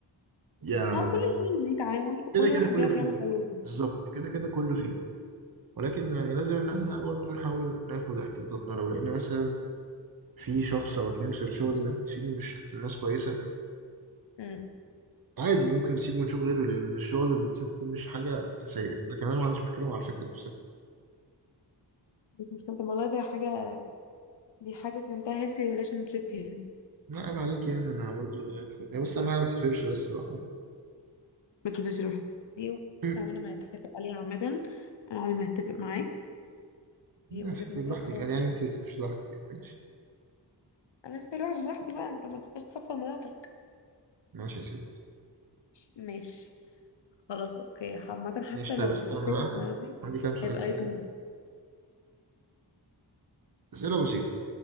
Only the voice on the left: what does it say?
هو كل الفيلم ليه تعامل وكل
واحد
بيعرف
يعمل حلوله
امم
بس مش كده والله ده حاجه دي حاجه في منتهى هيلثي ريليشن شيب يعني
ما تسيبهاش لوحدها دي وجهة
نظر عمرنا ما هتفق عليها عامه انا عمري ما هتفق معاك دي
وجهه
نظر
خاطئه
انا هسيب الواحد لوحدي بقى انت ما تبقاش تصفر مناطق
ماشي خلاص اوكي عامة حاسة
لو
اديتك
ريت
المرة دي
هيبقى
ريت منزل